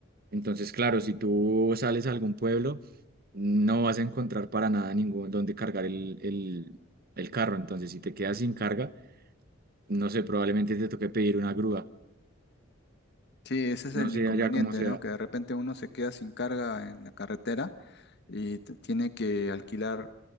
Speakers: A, on the right (about 50°); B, on the left (about 55°).
A: Entonces, claro, si tú sales a algún pueblo, no vas a encontrar para nada ningún donde cargar el, el el carro. Entonces, si te quedas sin carga, no sé, probablemente te toque pedir una grúa,
B: Sí, ese es
A: no
B: el
A: sé
B: inconveniente,
A: allá cómo sea.
B: ¿no? Que de repente uno se queda sin carga en la carretera y t- tiene que alquilar